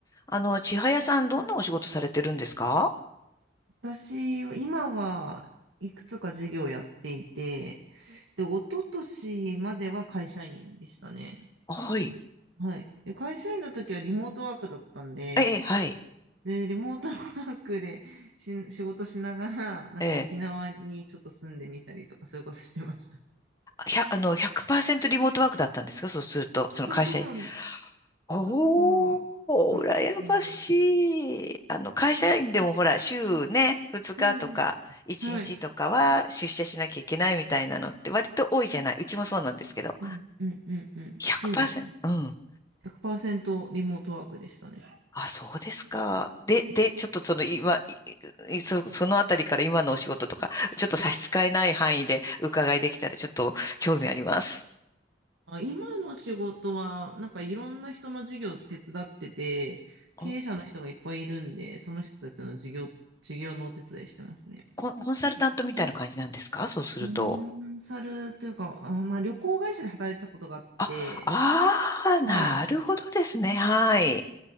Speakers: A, on the left; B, on the right.
A: あの、千早さん、どんなお仕事されてるんですか
B: 私、今はいくつか事業やっていて、で、一昨年までは会社員でしたね。
A: はい。
B: はい。で、会社員の時はリモートワークだったんで、
A: ええ、はい。
B: で、リモートワークでし仕事しながら、なんか沖縄にちょっと住んでみたりとか、
A: ええ、
B: そういうことしてました。
A: ひゃ、あの、100%リモートワークだったんですかそうすると、その会社員。
B: そう、そうなんです。
A: おー、
B: 100%がリモートで。
A: 羨ましい。あの、会社員でもほら、週ね、2日とか、
B: うんうん。
A: 1日とかは出社しなきゃいけないみたいなのって割と多いじゃない。
B: はい。
A: うちもそうなんですけど。
B: うんうんうんうん。
A: 100%?
B: そうですね。
A: うん
B: 100%リモートワークでしたね。
A: あ、そうですか。で、で、ちょっとその今、いいそ、そのあたりから今のお仕事とか、ちょっと差し支えない範囲で伺いできたらちょっと興味あります。
B: あ今の仕事は、なんかいろんな人の事業手伝ってて、経営者の人がいっぱいいるんで、
A: お
B: その人たちの事業、事業のお手伝いしてますね。
A: コン、コンサルタントみたいな感じなんですかそうすると。
B: コンサルというか、あ、まあ旅行会社で働いてたことがあって、
A: あ、ああ、なるほどですね。
B: はい。
A: はい。